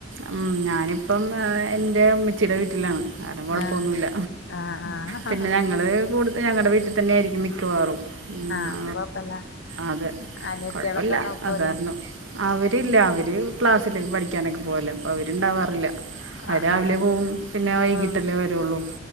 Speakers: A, on the right; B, on the left.
A: ഉ ഞാനിപ്പം ഏഹ് എന്റെ ഉമ്മച്ചിടെ വീട്ട്ലാണ്. അതും കൊഴപ്പൊന്നുല്ല
B: ആഹ് ആഹ് ആഹ്
A: പിന്നെ ഞങ്ങള് കൂടുത ഞങ്ങടെ വീട്ട് ത്തന്നെ ആയിരിക്കും മിക്കവാറും. ഉം,
B: ആഹ്
A: ആ,
B: അപ്പൊ കൊഴപ്പല്ല
A: അതെ
B: അനിയത്യാള്
A: കുഴപ്പമില്ല
B: ഒക്കെ നോക്കൂലേ.?
A: അത് കാരണം അവരില്ല അവര് ക്ലാസ്സില് പഠിക്കാനെക്കെ പോവല അപ്പ അവര്ണ്ടാവാറില്ല. അവര്
B: ആഹ്
A: രാവിലെ
B: ആഹ്
A: പോവും പിന്നെ വൈകിട്ടല്ലേ
B: ആഹ്
A: വരുള്ളൂ